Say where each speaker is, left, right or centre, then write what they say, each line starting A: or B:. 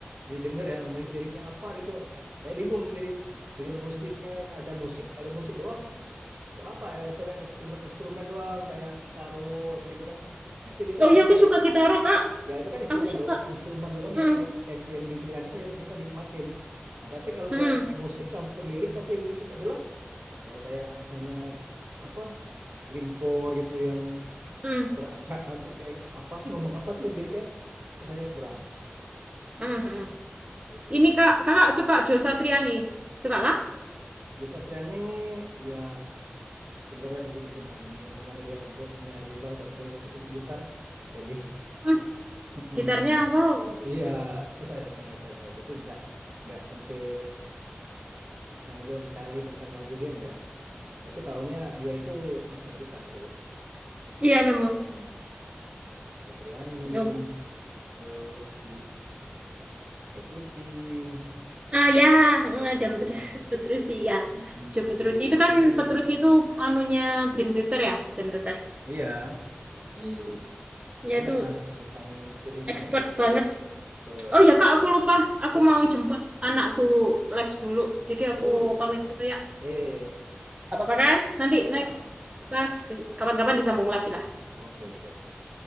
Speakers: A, on the right; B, on the right.
A: didengar ya liriknya apa gitu. Saya bingung jadi denger musiknya ada musik kalau musik doang nggak apa-apa ya misalnya instrumen instrumen doang kayak kitaro atau gitu kan. Itu kita
B: oh
A: masih
B: iya aku suka kitaro kak
A: ya itu kan instrumen
B: aku suka
A: do instrumen doang
B: hmm
A: yang eh, yang yang di telinga kita yang kita nikmatin nah tapi kalau
B: hmm
A: udah musik campur lirik tapi liriknya nggak jelas ya kayak misalnya apa grindcore gitu yang
B: hmm
A: serak-serak sampai kayak apa sih ngomong apa sih liriknya itu saya kurang
B: hmm, hmm.
A: gitu
B: ini kak kakak suka Jo Satriani suka lah
A: Joshua Trian ini ya denger aja sih itu pernah denger emang karena dia bosnya jadi bar gak betul gitar jadi
B: hmm.
A: <laughs>
B: gitarnya wow
A: iya itu saya dengar saya tahu tapi enggak nggak sampai misalnya saya mencari tentang lagu dia nggak Tapi tahunya dia itu master gitar gitu.
B: iya memang
A: Ya, Petriani,
B: Jo
A: terus si Petrucci,
B: ah ya hmm,
A: ya
B: John Petrus- Petrucci ya
A: mm,
B: Jo Petrucci
A: si
B: itu kan
A: ini,
B: Petrucci itu anunya Dream Theater ya Dream Theater
A: iya
B: hmm ya
A: banyak
B: itu
A: lah tentang yang si ini
B: expert
A: kan.
B: banget
A: Pe-
B: Oh ya Kak, aku lupa. Aku
A: Ya,
B: mau jemput anakku les dulu. Jadi aku
A: oh ya,
B: pamit dulu ya.
A: ya, ya, ya.
B: Gak apa-apa kan? Nanti
A: Gak apa-apa.
B: next apa bis- kapan-kapan disambung lagi lah.
A: Oke, oke, oke.